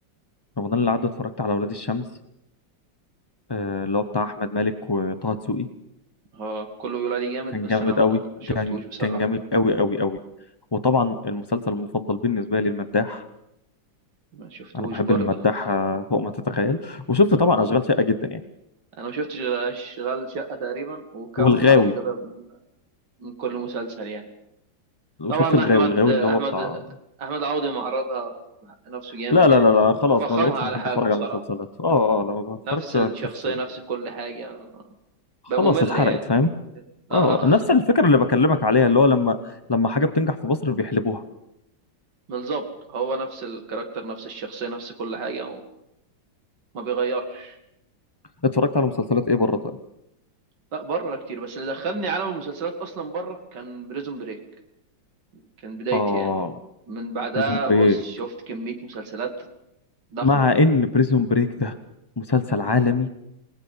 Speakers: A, on the left; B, on the right.
A: رمضان اللي عدى اتفرجت على اولاد الشمس آه، اللي هو بتاع احمد مالك وطه دسوقي
B: اه كله بيقول عليه جامد
A: كان
B: بس
A: جامد
B: انا
A: قوي
B: ما شفتهوش
A: كان
B: بصراحة
A: كان جامد قوي قوي قوي وطبعا المسلسل المفضل بالنسبه لي المداح
B: ما شفتهوش
A: انا بحب
B: برضه
A: المداح آه، فوق ما تتخيل وشفت طبعا اشغال شاقه جدا يعني
B: انا ما شفتش غير اشغال شقه تقريبا وكم
A: والغاوي
B: حلقه كده من من كل مسلسل يعني
A: وشفت
B: طبعا
A: الغاوي
B: احمد
A: الغاوي
B: احمد
A: اللي هو بتاع
B: احمد عوضي معرضها نفسه جامد
A: لا لا
B: يعني
A: لا لا خلاص
B: مفخمها
A: ما بقتش
B: على
A: بحب
B: حاله
A: اتفرج
B: بصراحه
A: على المسلسلات اه اه لا ما بتفرجش
B: نفس الشخصيه
A: على المسلسلات
B: نفس كل حاجه
A: خلاص
B: بقى ممل
A: اتحرقت
B: يعني
A: فاهم
B: اه
A: اه آه. نفس
B: <laughs>
A: الفكره اللي بكلمك عليها اللي هو لما لما حاجه بتنجح في مصر بيحلبوها
B: بالظبط هو نفس الكاركتر نفس الشخصيه نفس كل حاجه وما بيغيرش
A: اتفرجت على مسلسلات ايه بره طيب
B: لا بره كتير بس اللي دخلني عالم المسلسلات اصلا بره كان بريزون بريك كان بدايتي
A: اه
B: يعني من بعدها
A: بريزون بريك
B: بص شفت كميه مسلسلات ضخمه
A: مع ان بريزون بريك ده مسلسل عالمي